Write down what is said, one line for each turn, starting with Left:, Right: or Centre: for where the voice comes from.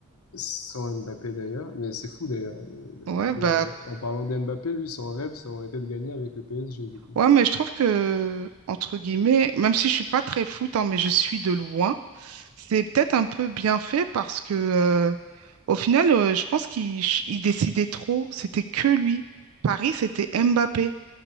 Left: Sans Mbappé d'ailleurs, mais c'est fou d'ailleurs. Le-
Right: Ouais,
Left: le-
Right: bah,
Left: en parlant d'Mbappé, lui, son rêve, ça aurait été de gagner avec le PSG du coup.
Right: ouais, mais je trouve que, entre guillemets, même si je suis pas très foot, hein, mais je suis de loin, c'est peut-être un peu bien fait parce que, euh, au final, euh, je pense qu'il ch- il décidait trop. C'était que lui. Paris, c'était Mbappé.